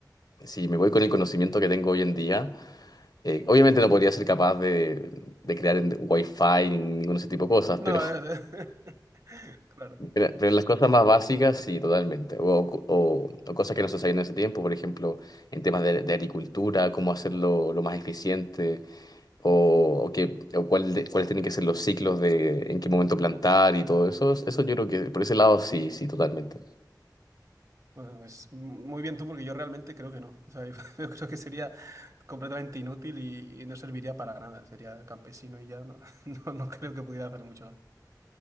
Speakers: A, on the left; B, on the right.
A: si me voy con el conocimiento que tengo hoy en día, eh, obviamente no podría ser capaz de, de crear en Wi-Fi ni ningún ese tipo de cosas,
B: No,
A: pero,
B: es- <laughs> claro.
A: <laughs> pero, pero en las cosas más básicas, sí, totalmente. O, o- o cosas que no se sabían en ese tiempo, por ejemplo, en temas de, de agricultura, cómo hacerlo lo más eficiente o, o qué- o cuál de- cuáles tienen que ser los ciclos de en qué momento plantar y todo eso. Eso yo creo que por ese lado sí, sí, totalmente.
B: Bueno, pues m- muy bien tú, porque yo realmente creo que no. O sea, yo, <laughs> yo creo que sería completamente inútil y, y no serviría para nada. Sería campesino y ya no, <laughs> no, no creo que pudiera hacer mucho más.